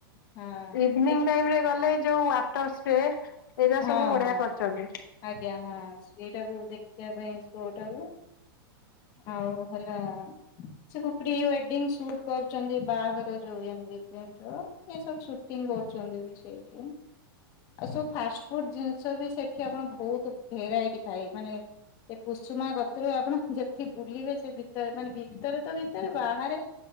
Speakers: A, on the left; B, on the left.
A: ହଁ
B: ଇଭିନିଂ
A: ଏଇ
B: ଟାଇମରେ ଗଲେ ଯୋଉ ୱାଟର ସ୍ପ୍ରେ ଏରା
A: ହଁ
B: ସବୁ ବଢିଆ
A: ହଁ
B: କରିଛନ୍ତି।
A: ଆଜ୍ଞା ହଁ ସ୍ପେ ସେଇଟାକୁ ଦେଖିବା ପାଇଁ ସୋ ଟାକୁ ଆଉ ହେଲା ସେ ତ ପ୍ରି ୱେଡ଼ ଡିଙ୍ଗ ସୁଟ କରୁଛନ୍ତି ବାହାଘର ଯୋଉ ଏନଗେଜମେଣ୍ଟ ର ଏସବୁ ସୁଟିଂ କରୁଛନ୍ତି ବି ସେ ଆଉ ସବୁ ଫାଷ୍ଟ ଫୁଡ ଜିନିଷ ବି ସେଠି ଆପଣ ବହୁତ ଭେରାଇଟି ଖାଇ ମାନେ ସେ କୁସୁମା କତିରୁ ଆପଣ ଯେତେ ବୁଲିବେ ସେ ଭିତରେ ମାନେ ଭିତରେ ତ ଭିତରେ ବାହାରେ